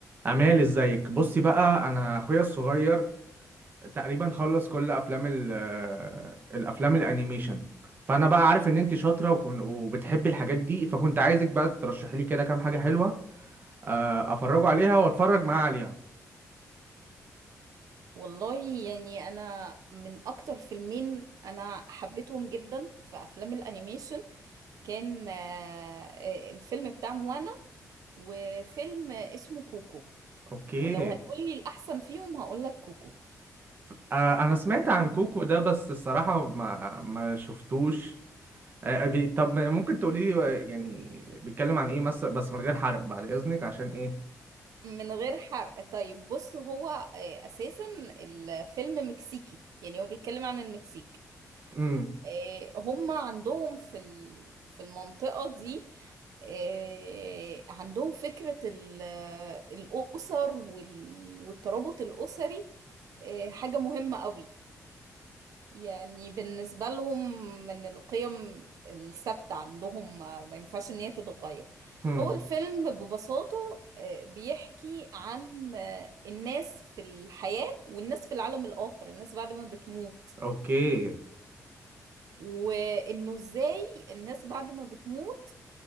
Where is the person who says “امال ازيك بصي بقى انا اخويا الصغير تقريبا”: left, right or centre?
Right